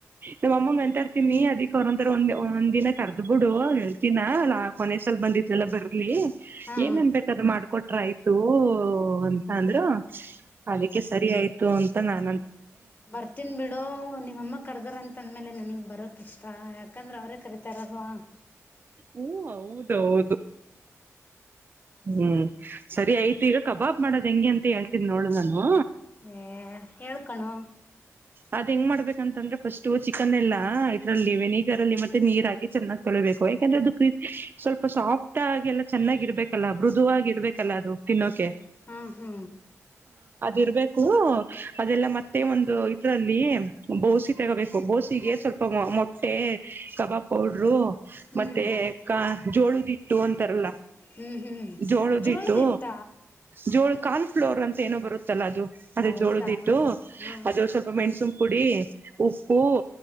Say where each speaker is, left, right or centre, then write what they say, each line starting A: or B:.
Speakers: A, on the right; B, on the left.
A: ನಮ್ಮ್ ಅಮ್ಮಂಗ ಅಂತ ಇರ್ತೀನಿ ಅದಿ ಅವರೊಂತರ ಒಂದ್ ಒಂದ್ ದಿನ ಕರ್ದ್ ಬಿಡು ಹೇಳ್ತಿನ ಅಾ ಕೊನೆಸಲ ಬಂದಿದ್ಲೆಲ್ಲಾ ಬರ್ಲಿ
B: ಹಾ
A: ಏನ್ನ್ಬೇಕೇಕದು್
B: ಹಾ
A: ಮಾಡ್ಕೊಟ್ಟ ಆಯ್ತು ಅಂತ ಅಂದ್ರರು ಅದಕ್ಕೆ ಸರಿ ಆಯ್ತು ಅಂತ ನಾನ
B: ಬರ್ತನ್ ಬಿಡು ನಿಮ್ಮ ಕರ್ದರಂತೆ ತಂದಮೇಲೆ ನನಗೆ ಬರೋಕ ಇಷ್ಟ ಯಾಕಂದ್ರೆ ಅವರೇ ಕರತಾರಲ್ವಾ
A: ಹ್ಮ ಹೌದೌದು ಹ್ಮ್ ಸರಿ ಆಯ್ತು ಈಗ ಕಬಾಬ್ ಮಾಡೋದ್ ಹೆಂಗಗೆ ಅಂತ ಹೇಳ್ತಿದಿ ನೋಳ ನಾನು
B: ಏ ಹೇಳ್ಕಣು
A: ಅದ ಹೆಂಗ್ ಮಾಡ್ಬೇಕಂತಂದ್ರೆ ಫಸ್ಟ್ ಚಿಕನ್ ಎಲ್ಲಾ ಇದ್ರಲ್ಲಿ ವೆಣಿಗಾರಲ್ಲಿ ಮತ್ತೆ ನೀರಗಿ ಚೆನ್ನಾಗಿ ತೊಳಿಬೇಕು ಯಾಕೆಂದ್ರೆ ಅದು ಕ್ರಿಸ್ ಸ್ವಲ್ಪ ಸಾಫ್ಟ್ ಆಗಿ ಎಲ್ಲ ಚೆನ್ನಾಗಿರ್ಬೇಕಲ್ಲ ಮೃದುವ ಆಾಗಿ ಇರ್ಬೇಕಲ್ಲ ಅದು ತಿನ್ನೋಕೆ
B: ಹ್ಮ ಹಾ
A: ಇರ್ಬೇಕೂ ಅದೆಲ್ಲ ಮತ್ತೆ ಒಂದ್ ರೋಹಿತ್ ಅದ್ರಲ್ಲಿ ಬೋಸಿ ತಗೋಬೇಕು ಬೋಸಿಗೆ ಸ್ವಲ್ಪ ಮೊಟ್ಟೆ ಕಬಾಬ್ ಪೌಡ್ರು
B: ಹ್ಮ್
A: ಮತ್ತೆ ಕ ಜೋಳುದಿಟ್ಟು ಅಂತಾರಲ್ಲ
B: ಹ್ಮ್ ಹ್ಮ್
A: ಜೋಳುದಿಟ್ಟು
B: ಜೋಳದಿಟ್ಟ
A: ಜೋಳು ಕಾನ್ಫ್ಲೋರ್ ಅಂತ ಏನೋ ಬರು <unintelligible> ಅದು
B: ಹೌದಾ
A: ಅದೆ ಜೋಳದಟ್ಟು
B: ಹ್ಮ್
A: ಅದು ಸ್ವಲ್ಪ ಮೆಣ್ಸುನ್ ಪುಡಿ-ಹ್ ಉಪ್ಪು